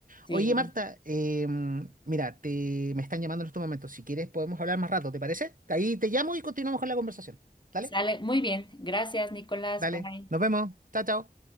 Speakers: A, on the left; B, on the right.
A: Sí.
B: Oye, Marta, eh, mira, te, me están llamando en estos momentos. Si quieres, podemos hablar más rato, ¿te parece? Ahí te llamo y continuamos con la conversación. Dale,
A: Sale. Muy bien. Gracias, Nicolás.
B: dale.
A: Bye.
B: Nos vemos. Chao, chao.